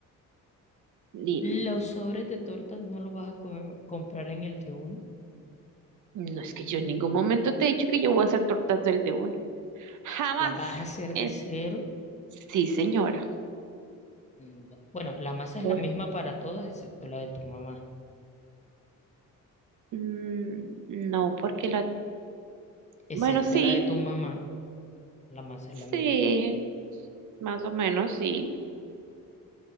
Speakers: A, on the right; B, on the left.
A: Dime,
B: los sobres de tortas no los vas a co- comprar en el de uno,
A: no es que yo en ningún momento te he dicho que yo voy a hacer tortas del de uno. Jamás.
B: las vas a hacer
A: Eh,
B: de cero.
A: sí, señora.
B: Mm, da- Bueno, la masa
A: por
B: es la misma para todas excepto la de tu mamá.
A: Mm, no, porque la...
B: Excepto
A: Bueno, sí,
B: la de tu mamá, la masa
A: sí,
B: es la misma.
A: más o menos, sí.